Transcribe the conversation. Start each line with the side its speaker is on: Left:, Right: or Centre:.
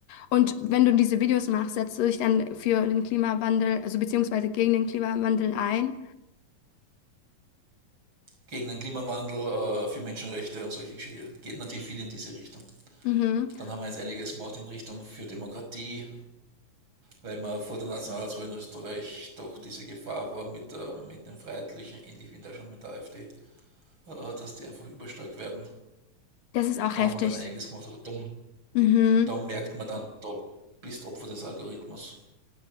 Left: Und wenn du diese Videos machst, setzt du dich dann für den Klimawandel, also beziehungsweise gegen den Klimawandel ein.
Right: Gegen den Klimawandel, äh, für Menschenrechte und solche Geschichten geht natürlich viel in diese Richtung.
Left: Mhm.
Right: Dann haben wir jetzt einiges gemacht in Richtung für Demokratie, weil man vor der Nationalratswahl in Österreich doch diese Gefahr war mit, der, mit den Freiheitlichen, ähnlich wie da schon mit der AfD, äh, dass die einfach überstark werden.
Left: Das ist auch
Right: Da
Left: heftig.
Right: haben wir dann einiges gemacht, aber da,
Left: Mhm,
Right: da merkt man dann, da bist Opfer des Algorithmus.